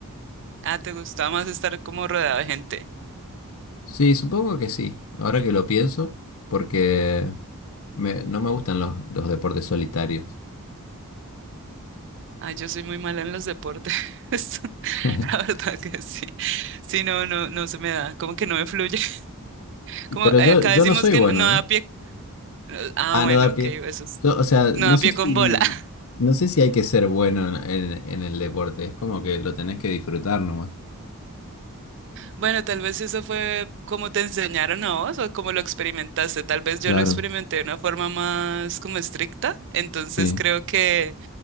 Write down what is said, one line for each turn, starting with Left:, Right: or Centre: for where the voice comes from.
Right: Ah, te gustaba más estar como rodeada de gente.
Left: Sí, supongo que sí, ahora que lo pienso, porque me- no me gustan los, los deportes solitarios.
Right: Ah, yo soy muy mala en los deportes. <laughs>
Left: <laughs>
Right: La verdad que sí. Sí, no, no, no se me da, como que no me fluye. <laughs>
Left: Y-
Right: Como
Left: Pero
Right: eh,
Left: yo,
Right: acá
Left: yo
Right: decimos
Left: no soy
Right: que
Left: bueno,
Right: no no da
Left: ¿eh?
Right: pie Ah,
Left: Ah,
Right: bueno,
Left: no da
Right: ok,
Left: pie.
Right: eso es.
Left: Yo, o sea, no
Right: No, a
Left: sé
Right: pie
Left: si,
Right: con bola. <laughs>
Left: no sé si hay que ser bueno en, en- en el deporte. Es como que lo tenés que disfrutar nomás.
Right: Bueno, tal vez eso fue como te enseñaron a vos o como lo experimentaste. Tal vez
Left: Claro,
Right: yo lo experimenté de una forma más como estricta. Entonces
Left: sí.
Right: creo que